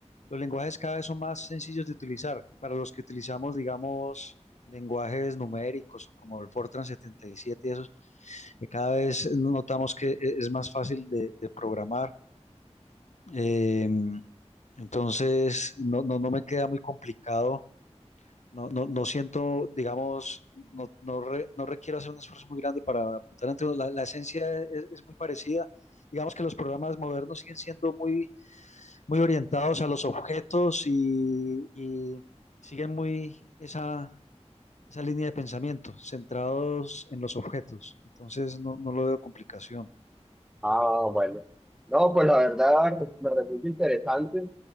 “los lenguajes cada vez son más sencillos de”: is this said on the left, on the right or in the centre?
Left